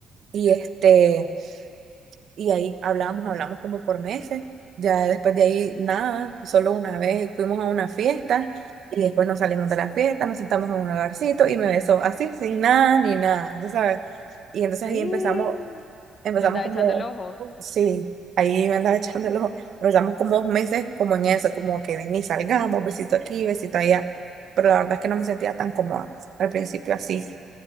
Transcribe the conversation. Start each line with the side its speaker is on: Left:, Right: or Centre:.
Right: Y este... Y ahí hablamos, hablamos como por meses. Ya después de ahí, nada, solo una vez fuimos a una fiesta y después nos salimos de la fiesta, nos sentamos en un lugarcito y me besó así, sin nada, ni nada, ¿sí ¿sabes? Y entonces
Left: ¡Ih!
Right: ahí empezamos, empezamos
Left: Te andaba
Right: como,
Left: echando el ojo.
Right: sí, ahí me andaba <laughs> echando el ojo. Empezamos como dos meses como en eso, como que ven y salgamos, besito aquí, besito allá. Pero la verdad es que no me sentía tan cómoda al principio así